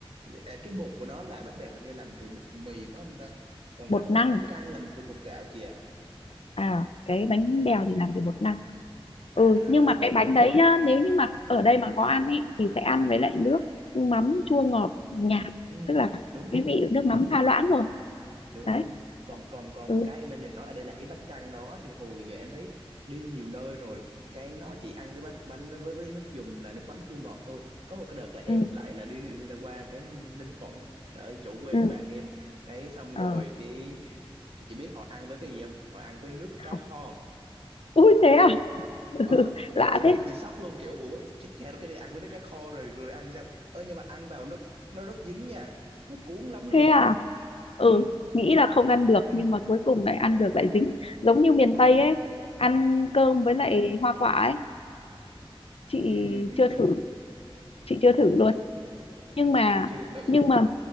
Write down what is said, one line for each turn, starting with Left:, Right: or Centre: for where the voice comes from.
Right: à, cái bột của nó là bánh bèo hình như làm từ bột mì phải không ta còn
Left: bột
Right: bánh
Left: năng
Right: bánh căn làm từ bột gạo chị ạ
Left: à cái bánh bèo thì làm từ bột năng ừ
Right: à à
Left: nhưng
Right: đấy
Left: mà cái bánh đấy nhá nếu như mà ở đây mà có ăn ấy thì sẽ ăn với lại nước mắm chua ngọt nhạt
Right: ừ,
Left: tức là
Right: đúng đúng
Left: cái vị nước mắm pha loãng rồi
Right: đúng
Left: đấy
Right: đúng còn còn còn
Left: ừ
Right: cái em đang định nói ở đây là cái bánh căn đó thì hồi giờ em thấy đi nhiều nơi rồi cái nó chỉ ăn cái bánh bánh với với nước dùng là nước mắm chua ngọt thôi có một cái đợt là em
Left: ừ
Right: lại là đi ra qua cái Ninh Thuận ở chỗ quê
Left: ừ
Right: của bạn em cái xong
Left: ờ
Right: rồi cái chị biết họ ăn với cái gì không họ ăn với nước
Left: không
Right: cá kho
Left: ui thế à <laughs>
Right: ờ em
Left: lạ
Right: em
Left: thế
Right: cũng bị sốc luôn kiểu ủa chết cha rồi cái này ăn với nước cá kho rồi rồi ăn sao ơ nhưng mà ăn vào nó nó rất dính nha nó cuốn lắm luôn
Left: thế à ừ
Right: ừ
Left: nghĩ là không ăn được
Right: <clears throat>
Left: nhưng mà cuối cùng lại ăn được lại dính giống như miền
Right: bởi
Left: Tây ấy ăn cơm với lại hoa quả ấy chị
Right: ừ, ừ, ừ,
Left: chưa
Right: đúng
Left: thử chị chưa thử luôn nhưng
Right: <laughs> em
Left: mà
Right: cũng chưa thử
Left: nhưng mà